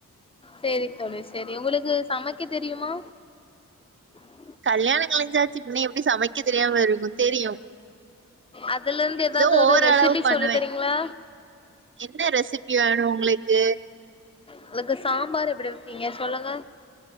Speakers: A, on the left; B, on the right.
A: சேரி தோழி சேரி உங்களுக்கு சமைக்க தெரியுமா <inaudible>
B: கல்யாணம் கழிஞ்சாச்சு பின்ன எப்டி சமைக்க தெரியாம இருக்கும் தெரியும்.
A: அதுல இருந்து ஏதாவது
B: ஏதோ
A: ஒரு
B: ஓரளவு
A: ரெசிபி
B: பண்ணுவேன்.
A: சொல்லி தரீங்களா
B: என்ன ரெசிபி வேணும் உங்களுக்கு
A: உங்களுக்கு சாம்பார் எப்படி வப்பிங்க சொல்லுங்க